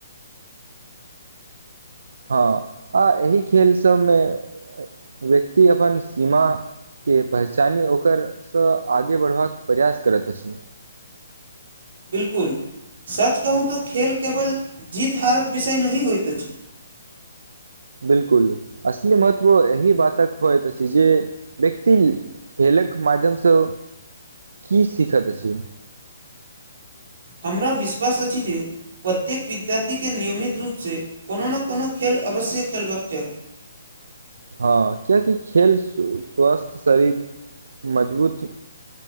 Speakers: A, on the right; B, on the right.
A: हँ आ एहि खेल सब में व्यक्ति अपन सीमा के पहचानी ओकरसँ आगे बढ़बाक प्रयास करैत अछि
B: बिल्कुल सच कहू तऽ खेल केवल जीत हारक विषय नहि होइत अछि
A: बिलकुल असल महत्व एहि बातक होइत जे व्यक्त खेलक माध्यमसँ की सीखैके छै
B: हमरा विश्वास अछि जे प्रत्येक विद्यार्थीके नियमित रूपसँ कोनो ने कोनो खेल अवश्य खेलबाक चाही
A: हँ कियाकि खेल स्वस्थ शरीर मजबूत